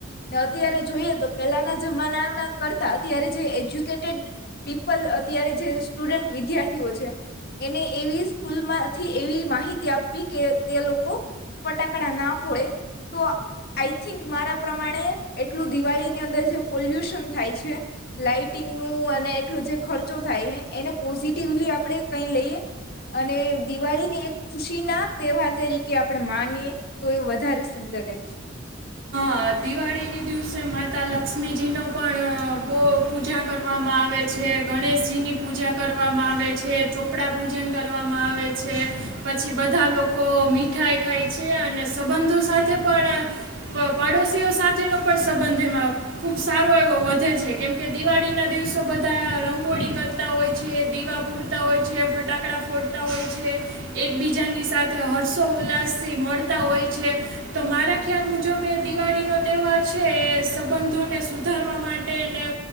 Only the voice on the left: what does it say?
છે અત્યારે જોઈએ તો પહેલાના જમાનાના કરતા અત્યારે જે એજ્યુકેટેડ પીપલ અત્યારે જે સ્ટુડન્ટ વિદ્યાર્થીઓ છે એને એવી સ્કૂલમાંથી એવી માહિતી આપવી કે તે લોકો ફટાકડા ના ફડે તો આઈ થિંક મારા પ્રમાણે એટલું દિવાળીની અંદર જે પોલ્યુશન થાય છે લાઇટિંગનું અને એટલું જે ખર્ચો થાય છે એને પોઝિટિવલી આપણે કઈ લઈએ અને દિવાળી ને એક ખુશી ના તહેવાર તરીકે આપણે માનીએ તો એ વધારે સુંદર રહે. <inaudible>